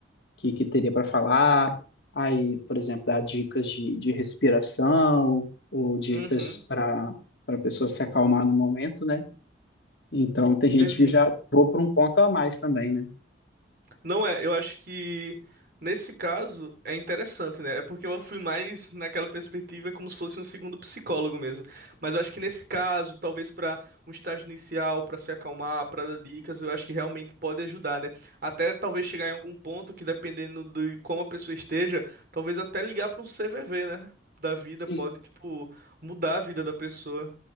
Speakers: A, on the left; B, on the right.
A: que, que teria para falar, aí, por exemplo, dá dicas de, de respiração ou dicas
B: Uhum,
A: para para a pessoa se acalmar no momento, né? Então tem
B: entendi.
A: gente que já vou para um ponto a mais também, né?
B: Não é, eu acho que nesse caso é interessante, né? É porque eu fui mais naquela perspectiva como se fosse um segundo psicólogo mesmo. Mas eu acho que nesse caso, talvez para um estágio inicial, para se acalmar, para dar dicas, eu acho que realmente pode ajudar, né? Até talvez chegar em algum ponto que dependendo de como a pessoa esteja, talvez até ligar para um CVV, né? Da vida
A: Sim.
B: pode, tipo, mudar a vida da pessoa.